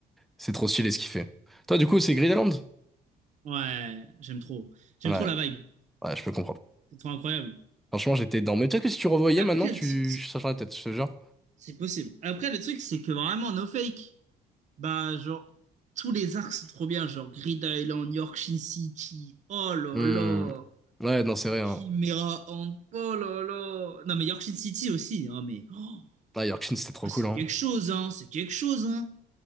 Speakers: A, in the centre; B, on the right.
A: c'est trop stylé ce qu'il fait. Toi, du coup, c'est Gridaland?
B: ouais, j'aime trop. J'aime
A: Ouais.
B: trop la vibe.
A: Ouais, je peux comprendre.
B: C'est trop incroyable.
A: Franchement, j'étais dedans. Mais peut-être que si tu revoyais
B: Après
A: maintenant, tu
B: le truc c'est
A: changerais la tête, je te jure.
B: c'est possible. Après le truc c'est que vraiment no fake. Bah, genre, tous les arcs sont trop bien, genre Grid Island, York Shin City, oh là
A: Hmm.
B: là,
A: Ouais, non, c'est vrai. Hein.
B: Chimera Ant, oh là là. Non, mais York Shin City aussi, hein, mais oh,
A: Ah, Yorkshin, c'était trop
B: ah,
A: cool.
B: c'est
A: Hein.
B: quelque chose, hein, c'est quelque chose, hein.